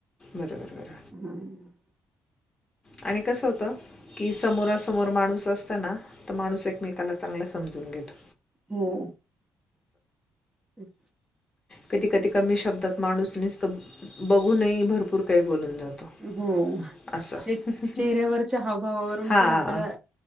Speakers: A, on the left; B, on the right.
A: बरं बरं बर.
B: हां.
A: आणि कसं होतं की समोरासमोर माणूस असत ना तर माणूस एकमेकाला चांगलं समजून घेतो.
B: हम्म. तेच.
A: कधी कधी कमी शब्दात माणूस नीसत बघूनही भरपूर काही बोलून जातो.
B: हो
A: अस
B: ते
A: <unintelligible>
B: चेहऱ्यावरच्या हावभावावरून
A: हा.
B: पण आपल्याला